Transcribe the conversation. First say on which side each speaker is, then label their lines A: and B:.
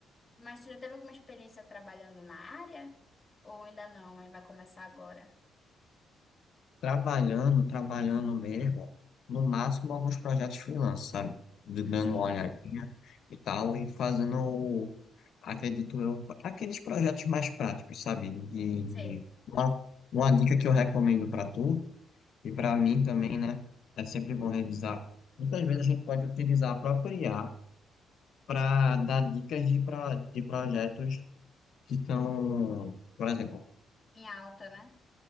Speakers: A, on the left; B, on the left.
A: Mas tu já teve alguma experiência trabalhando na área? Ou ainda não? Aí vai começar agora?
B: Trabalhando, trabalhando mesmo, no máximo alguns projetos freelance, sabe? D- Dando
A: Não sei.
B: uma olhadinha e tal, e fazendo, o- acredito eu, aqueles projetos mais práticos, sabe? De, de...
A: Sei.
B: Uma, uma dica que eu recomendo para tu. E para mim também, né, é sempre bom revisar. Muitas vezes a gente pode utilizar a própria IA para dar dicas de, pro- de projetos que estão, por exemplo,
A: Em alta, né?